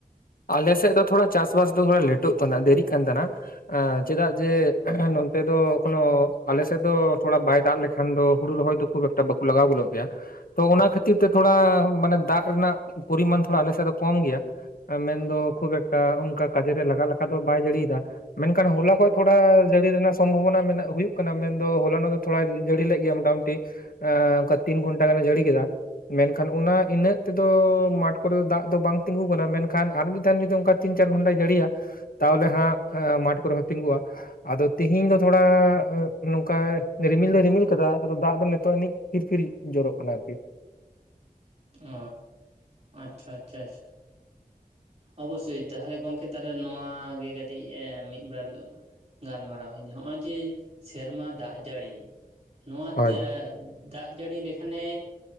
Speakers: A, on the left (about 75°); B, on the right (about 45°).
A: ᱟᱞᱮ ᱥᱮᱫ ᱫᱚ ᱛᱷᱚᱲᱟ ᱪᱟᱥᱵᱟᱥ ᱫᱚ ᱦᱟ ᱞᱮᱴᱚᱜ ᱠᱟᱱᱟ ᱫᱮᱨᱤᱜ ᱠᱟᱱ ᱛᱟᱸᱦᱮᱱᱟ ᱾ ᱮᱸ ᱪᱮᱫᱟᱜ ᱡᱮ ᱱᱚᱱᱛᱮ ᱫᱚ ᱠᱳᱱᱳ ᱟᱞᱮ ᱥᱮᱫ ᱫᱚ ᱛᱷᱚᱲᱟ ᱵᱟᱭ ᱫᱟᱜ ᱞᱮᱠᱷᱟᱱ ᱫᱚ ᱦᱩᱲᱩ ᱨᱚᱦᱚᱭ ᱫᱚ ᱠᱷᱩᱵ ᱮᱠᱴᱟ ᱵᱟᱠᱚ ᱞᱟᱜᱟᱣ ᱜᱚᱞᱚᱜ ᱜᱮᱭᱟ, ᱛᱚ ᱚᱱᱟ ᱠᱷᱟᱹᱛᱤᱨ ᱛᱮ ᱛᱷᱚᱲᱟ ᱚᱸ ᱢᱟᱱᱮ ᱫᱟᱜ ᱨᱮᱱᱟᱜ ᱯᱚᱨᱤᱢᱟᱱ ᱛᱷᱚᱲᱟ ᱟᱞᱮ ᱥᱮᱫ ᱫᱚ ᱠᱚᱢ ᱜᱤᱭᱟ ᱾ ᱟ ᱢᱮᱱ ᱫᱚ ᱠᱷᱩᱵ ᱮᱠᱴᱟ ᱚᱱᱠᱟ ᱠᱟᱡᱮ ᱨᱮ ᱞᱟᱜᱟᱜ ᱞᱮᱠᱟ ᱫᱚ ᱵᱟᱭ ᱡᱟᱹᱲᱤᱭ ᱫᱟ ᱾ ᱢᱮᱱᱠᱷᱟᱱ ᱦᱚᱞᱟ ᱠᱷᱚᱡ ᱛᱷᱚᱲᱟ ᱡᱟᱹᱲᱤ ᱨᱮᱱᱟᱜ ᱥᱚᱢᱵᱷᱚᱵᱚᱱᱟ ᱢᱮᱱᱟᱜ ᱦᱩᱭᱩᱜ ᱠᱟᱱᱟ ᱢᱮᱱ ᱫᱚ ᱦᱚᱞᱟ ᱱᱚᱜ ᱫᱚ ᱛᱷᱚᱲᱟᱭ ᱡᱟᱹᱲᱤ ᱞᱮᱫ ᱜᱮᱭᱟ ᱢᱚᱴᱟᱢᱩᱴᱤ ᱮᱸ ᱚᱱᱠᱟ ᱛᱤᱱ ᱜᱷᱚᱱᱴᱟ ᱜᱟᱱᱮ ᱡᱟᱹᱲᱤ ᱠᱮᱫᱟ ᱾ ᱢᱮᱱᱠᱷᱟᱱ ᱚᱱᱟ ᱤᱱᱟᱹᱜ ᱛᱮᱫᱚ ᱢᱟᱴ ᱠᱚᱨᱮ ᱫᱚ ᱫᱟᱜ ᱫᱚ ᱵᱟᱝ ᱛᱤᱸᱜᱩ ᱠᱟᱱᱟ ᱢᱮᱱᱠᱷᱟᱱ ᱟᱨ ᱢᱤᱫ ᱫᱷᱟᱣ ᱡᱩᱫᱤ ᱚᱱᱠᱟ ᱛᱤᱱ ᱪᱟᱨ ᱜᱷᱚᱱᱴᱟᱭ ᱡᱟᱹᱲᱤᱭᱟ ᱛᱟᱦᱚᱞᱮ ᱦᱟᱸᱜ ᱮ ᱢᱟᱴ ᱠᱚᱨᱮ ᱦᱚᱸ ᱛᱤᱸᱜᱩᱜ-ᱟ ᱾ ᱟᱫᱚ ᱛᱤᱦᱤᱧ ᱫᱚ ᱛᱷᱚᱲᱟ ᱟᱹᱵ ᱱᱚᱝᱠᱟᱭ ᱨᱤᱢᱤᱞ ᱫᱚᱭ ᱨᱤᱢᱤᱞ ᱠᱟᱫᱟ ᱟᱫᱚ ᱫᱟᱜ ᱫᱚ ᱱᱤᱛᱚᱜ ᱟᱹᱱᱤᱡ ᱯᱷᱤᱨᱼᱯᱷᱤᱨᱤᱡ ᱡᱚᱨᱚᱜ ᱠᱟᱱᱟ ᱟᱨ ᱠᱤ ᱾
B: ᱮᱸᱻ ᱟᱪᱪᱷᱟ ᱟᱪᱪᱷᱟ ᱟᱪᱪᱷᱟ ᱾ ᱚᱵᱚᱥᱥᱳᱭ ᱛᱟᱦᱟᱞᱮ ᱜᱚᱢᱠᱮ ᱛᱟᱦᱞᱮ ᱱᱚᱣᱟ ᱜᱮ ᱠᱟᱹᱴᱤᱡ ᱮᱸ ᱢᱤᱫ ᱵᱟᱨ ᱜᱟᱞᱢᱟᱨᱟᱣ ᱦᱩᱭᱱᱟ ᱦᱚᱜᱼᱚᱭ ᱡᱮ ᱥᱮᱨᱢᱟ ᱫᱟᱜ ᱡᱟᱹᱲᱤ ᱱᱚᱣᱟ
A: ᱦᱳᱭ
B: ᱛᱮ ᱟᱼᱫᱟᱜ ᱡᱟᱹᱲᱤ ᱞᱮᱠᱷᱟᱱᱮ